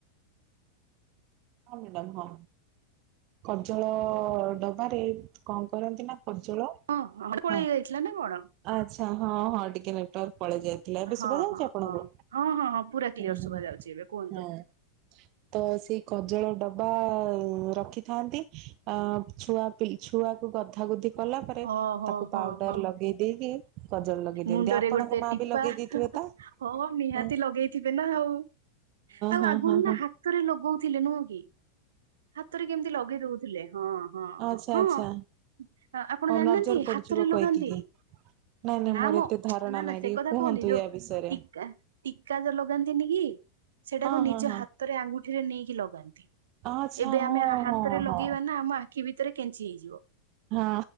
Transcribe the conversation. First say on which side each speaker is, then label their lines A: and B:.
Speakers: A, on the right (about 40°); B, on the right (about 60°).
A: ହଁ ମ୍ୟାଡ଼ାମ ହଁ। କଜଳ ଡବାରେ କଣ କରନ୍ତି ନା କଜଳ
B: ହଁ <unintelligible> ପଳେଇ
A: ହଁ
B: ଯାଇଥିଲା ନା କଣ?
A: ଆଚ୍ଛା ହଁ ହଁ ଟିକେ ନେଟୱାର୍କ ପଳେଇଯାଇ ଥିଲା। ଏବେ
B: ହଁ
A: ଶୁଭାଯାଉଚି
B: ହଁ
A: ଆପଣଙ୍କୁ?
B: ହଁ ହଁ ହଁ ହଁ ପୁରା କ୍ଲିୟର
A: ଉଁ
B: ଶୁଭା
A: ହୁଁ
B: ଯାଉଛି ଏବେ କୁହନ୍ତୁ।
A: ହଁ। ତ ସେଇ କଜଳ ଡବା ରଖିଥାନ୍ତି। ଅ ଛୁଆ ପି ଛୁଆକୁ ଗଧା ଗୁଧି କଲା ପରେ
B: ହଁ ହଁ
A: ତାକୁ
B: ହଁ
A: ପାଉଡର
B: ହଁ
A: ଲଗେଇ ଦେଇକି କଜଳ ଲଗେଇ
B: ମୁଣ୍ଡରେ
A: ଦିଅନ୍ତି। ଆପଣଙ୍କ
B: ଗୋଟେ
A: ମା
B: ଟିପା।
A: ବି ଲଗେଇ ଦେଇଥିବେ ତ?
B: ହଁ ନିହାତି
A: ହଁ
B: ଲଗେଇଥିବେ ନା। ଆଉ
A: ହଁ
B: ଆଗୁରୁ
A: ହଁ
B: ନା
A: ହଁ
B: ହା ହାତ ରେ ଲଗଉଥିଲେ ନୁହଁ କି। ହାତରେ କେମିତି ଲଗେଇ ଦଉଥିଲେ। ହଁ, ହଁ,
A: ଆଚ୍ଛା
B: ହଁ, ହଁ।
A: ଆଚ୍ଛା।
B: ଆପଣ
A: ହଁ
B: ଜାଣିନାହାନ୍ତି
A: ନଜର ପଡିଯିବ
B: ହାତରେ ଲଗାନ୍ତି।
A: କହିକି କି ନାଇଁ ନାଇଁ
B: ନା
A: ମୋର
B: ମୋ
A: ଏତେ ଧାରଣା
B: ନା ନା
A: ନାଇଁ
B: ସେ
A: ଟିକେ
B: କଥା
A: କୁହନ୍ତୁ
B: କହୁନି ଯୋଉ
A: ୟା ବିଷୟରେ।
B: ଟିକା ଟିକା ଯୋଉ ଲଗାନ୍ତିନି କି ସେଟାକୁ
A: ହଁ
B: ନିଜ
A: ହଁ ହଁ
B: ହାତରେ ଆଙ୍ଗୁଠିରେ ନେଇକି ଲଗାନ୍ତି।
A: ଆଚ୍ଛା
B: ଏବେ
A: ହଁ
B: ଆମେ ହାତରେ
A: ହଁ ହଁ।
B: ଲଗେଇବା ନା ଆମ ଆଖି ଭିତରେ କେଞ୍ଚି ହେଇଯିବ।
A: ହଁ।